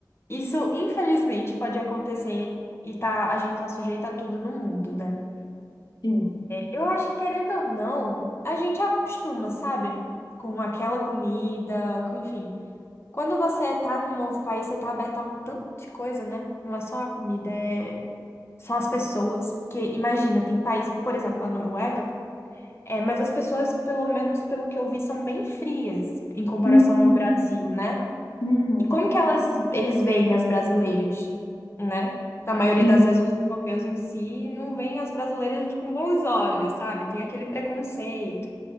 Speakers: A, on the left (about 35°); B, on the left (about 80°).
A: isso, infelizmente, pode acontecer e tá, a gente tá sujeito a tudo no mundo, né?
B: Sim.
A: Eu acho que, querendo ou não, a gente acostuma, sabe? Com aquela comida, com, enfim. Quando você tá num novo país, você tá aberto a um tanto de coisa, né? Não é só a comida, é... são as pessoas. Porque, imagina, tem país, por exemplo, a Noruega. É, mas as pessoas, pelo menos pelo que eu vi, são bem frias em comparação
B: Uhum,
A: ao Brasil, né?
B: uhum,
A: E como que elas, eles veem as brasileiras, né? Na maioria
B: sim.
A: das vezes, os europeus em si não veem as brasileiras com bons olhos, sabe? Tem aquele preconceito.